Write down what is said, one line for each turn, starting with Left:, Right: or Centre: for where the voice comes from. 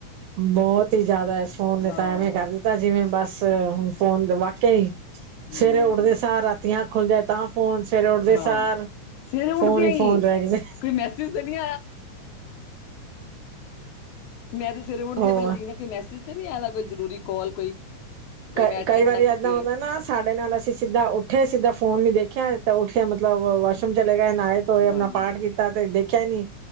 Right: ਬਹੁਤ ਹੀ ਜ਼ਿਆਦਾ, ਫੋਨ
Left: ਹਾਂ
Right: ਨੇ ਤਾਂ ਐਵੇਂ ਕਰ ਦਿੱਤਾ ਤਾਂ ਜਿਵੇਂ ਬਸ ਹੁਣ ਫੋਨ, ਵਾਕਿਆ ਹੀ
Left: ਹੂੰ
Right: ਸਵੇਰੇ ਉੱਠਦੇ ਸਾਂਰ ਰਾਤੀ ਆਂਖ ਖੁੱਲ ਜਾਯੇ, ਤਾਂ ਫੋਨ ਸਵੇਰੇ ਉੱਠਦੇ
Left: ਹਾਂ।
Right: ਸਾਰ,
Left: ਸਵੇਰੇ ਉੱਠਦਿਆਂ
Right: ਫੋਨ ਹੀ ਫੋਨ ਰਹ ਗੇ ਨੇ।
Left: ਕੋਈ ਮੈਸੇਜ ਤੇ ਨਹੀਂ ਮੈਂ ਤੇ ਸਵੇਰੇ ਉੱਠਦੀ
Right: ਹੋਰ
Left: ਹਾਂ, ਪਹਿਲਾਂ ਦੇਖਦੀ ਆ ਕੋ ਮੈਸੇਜ ਤੇ ਨੀ ਆਦਾ ਕੋਈ ਜਰੂਰੀ ਕਾਲ ਕੋਈ ਕੋਈ
Right: ਕਈ,
Left: ਮੈਂ ਅਟੈਂਡ
Right: ਕਈ ਵਾਰੀ
Left: ਨਾ ਕੀਤੀ
Right: ਏਦਾਂ
Left: ਹੋਏ
Right: ਹੁੰਦਾ ਨਾ ਸਾਡੇ ਨਾਲ ਅਸੀਂ ਸਿੱਧਾ ਉੱਠੇ ਸਿੱਧਾ ਫੋਨ ਨੀ ਦੇਖਿਆ ਤਾਂ ਉੱਠਿਆ ਮਤਲਬ ਵਾਸ਼ਰੂਮ ਚਲੇ ਗਏ ਨਾਲੇ ਤੇ ਹੋਰ
Left: ਹਾਂ
Right: ਨਾ ਪਾਠ ਕੀਤਾ ਤੇ ਦੇਖਿਆ ਹੀ ਨੀ